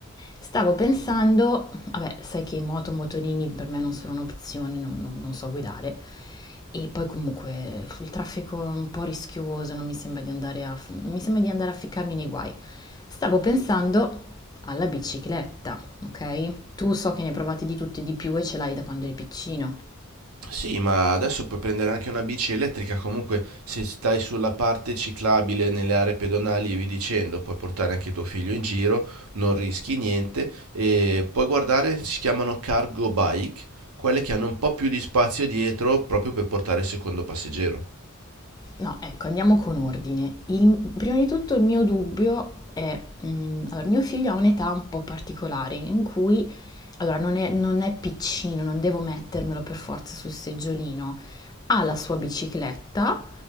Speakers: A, on the left; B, on the right.
A: Stavo pensando, vabbè, sai che moto, motorini per me non sono un'opzione, non, non- non so guidare. E poi comunque il traffico è un po' rischioso, non mi sembra di andare a, mi sembra di andare a ficcarmi nei guai. Stavo pensando alla bicicletta, ok? Tu so che ne hai provate di tutte e di più e ce l'hai da quando eri piccino.
B: Sì, ma adesso puoi prendere anche una bici elettrica comunque se stai sulla parte ciclabile nelle aree pedonali e vi dicendo, puoi portare anche tuo figlio in giro, non rischi niente e puoi guardare, si chiamano cargo bike, quelle che hanno un po' più di spazio dietro proprio per portare il secondo passeggero.
A: No, ecco, andiamo con ordine. Il- prima di tutto il mio dubbio è, mm, allora, mio figlio ha un'età un po' particolare in cui, allora, non è, non è piccino, non devo mettermelo per forza sul seggiolino, ha la sua bicicletta,